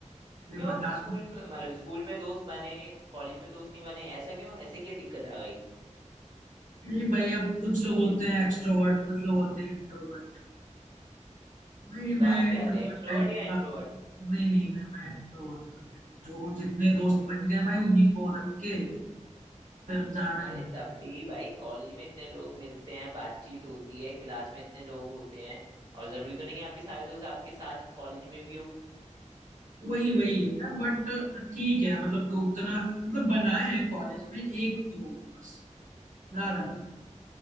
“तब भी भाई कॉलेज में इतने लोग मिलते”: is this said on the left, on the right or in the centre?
Right